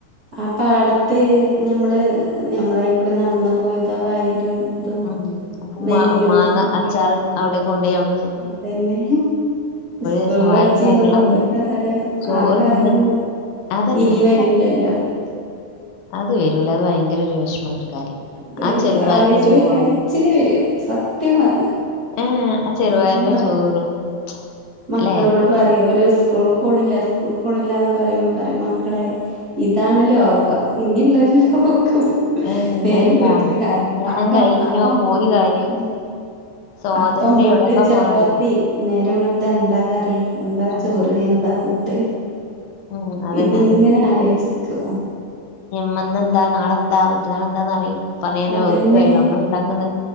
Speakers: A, on the right; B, on the left.
A: ആ പാടത്ത് ഞമ്മള് ഞമ്മളായിക്കൂടെ നടന്നു പോയത ആ വയലും ഇതും
B: ഉം ഉപ്മ
A: നെല്ലും
B: മാങ്ങ
A: ഒക്കെ
B: അച്ചാറും അവിടെ കൊണ്ടോയി കൊടു
A: അതന്നെ സ്കൂള്
B: രസം
A: പഠിചീന്നന്നത്തെ
B: വായില് വെള്ളം വരും
A: കാലം
B: ചോറ്
A: ആ കാലന്ന്
B: തിന്ന് അതന്നെ
A: ഇനി
B: ആ
A: വരൂലല്ലോ
B: അത് വരൂല അത് ഭയങ്കര ഒരു വിഷമണ്ട്
A: അത്
B: ആ ചെറുപയ്റിൻ്റെ
A: ആലോയിച്ചുമ്പോ
B: ചോറും
A: കരച്ചില് വരും സത്യം പറഞ്ഞ
B: ഏ ആ ചെറ്പയറിൻ്റെ
A: ഈ മ
B: ചോറും
A: മക്കളോട്
B: അല്ലെ
A: പറയും ഓല് സ്കൂക്ക് കോണില്ല സ്കൂക്ക് കോണില്ലന്ന് പറയുമ്പോ പറയും മക്ക മക്കളെ ഇതാണ് ലോകം ഇനുള്ളരു ലോകം
B: ഇല്ല
A: നേരംവെളുകാ
B: ഇല്ല കല്യാണം
A: അപ്പം
B: കഴിഞ്ഞോ
A: അപ്പം
B: പോയി കാര്യം
A: മ്
B: സ്വാതന്ത്ര്യം
A: അപ്പം പുട്ട്
B: എവിടെക്കാ
A: ചപ്പാത്തി
B: പോണ അറിയില്ല
A: നേര ന്നേരം വെള്ത്ത എന്താ കറി എന്താ
B: ഉം
A: ചോറ് എന്താ ഫുഡ്
B: ഉം ഉം അതന്നെ
A: ഇതിങ്ങനെ
B: അതന്നെ
A: ആലോയ്ചിക്കു
B: മ്മ ന്നെന്താ നാളെന്താ മറ്റന്നാളെന്താന്ന് അറിയുംപറയാനേ
A: അതന്നെ
B: ഓർക്ക് കഴിയൂ നമ്മൾ ഇണ്ടാക്ക്ന്ന്